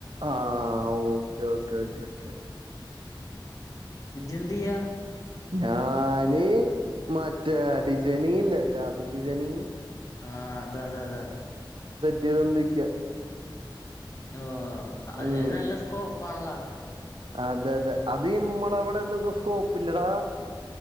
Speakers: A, on the right (about 80°); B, on the left (about 40°).
A: ആഹ് ഓക്കേ ഓക്കേ ഓക്കേ ഓക്കെ
B: ഇജെന്തിയാ?
A: ഞാന് മറ്റേ ഡിസൈനിങ് ഇല്ലേ ഗ്രാഫിക് ഡിസൈനിങ്
B: ആഹ് അതെ അതെ അതെ
A: ചെയ്തോണ്ടിക്കാ
B: ഓഹ് അത്
A: ഉം
B: അയിന് നല്ല സ്കോപ്പാണല്ലോ?
A: അതെ അതെ അത് ഇമ്മളവിടൊന്നും സ്കോപ്പില്ലെടാ